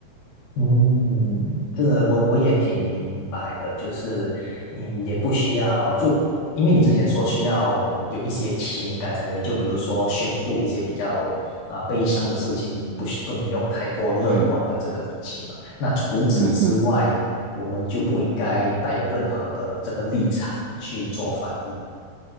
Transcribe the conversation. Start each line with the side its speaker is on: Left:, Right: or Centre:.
Left: 嗯，这我我也挺明白的，就是嗯，也不需要就因为你之前说需要有一些情感在里面，就比如说宣布一些比较啊、悲伤的事情，不需不能用太过乐观的这个语气嘛。
Right: 嗯
Left: 那除此之外，
Right: 嗯嗯。
Left: 我们就不应该带有任何的这个立场去做翻译。